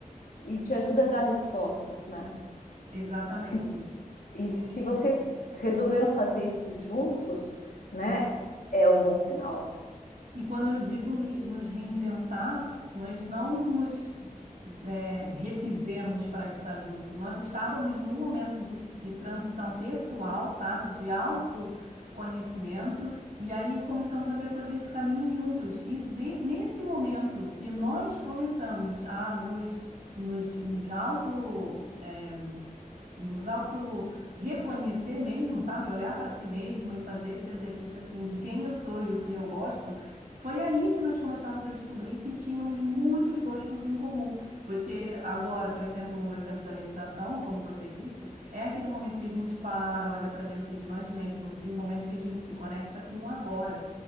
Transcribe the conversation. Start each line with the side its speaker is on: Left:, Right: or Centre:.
Left: e te ajuda a dar respostas, né?
Right: exatamente.
Left: E, se e
Right: E
Left: se vocês resolveram fazer isso juntos, né, é um bom sinal,
Right: E quando eu digo me- nos reinventar, nós não nos é, refizemos para estar junto. Nós estávamos num momento de, de transição pessoal, sabe? De autoconhecimento. E aí começamos a percorrer esse caminho juntos. E de- nesse momento que nós começamos a nos, nos, nos auto, é, nos auto reconhecer mesmo, sabe? Olhar para si mesmo e fazer esse exercício assim de quem eu sou e o que eu gosto. Foi aí que nós começamos a descobrir que tínhamos muitos gostos em comum, porque agora, por exemplo, o exemplo da meditação, como você disse, é aquele momento que a gente para, olha para dentro de nós mesmos e o momento que a gente se conecta com o agora.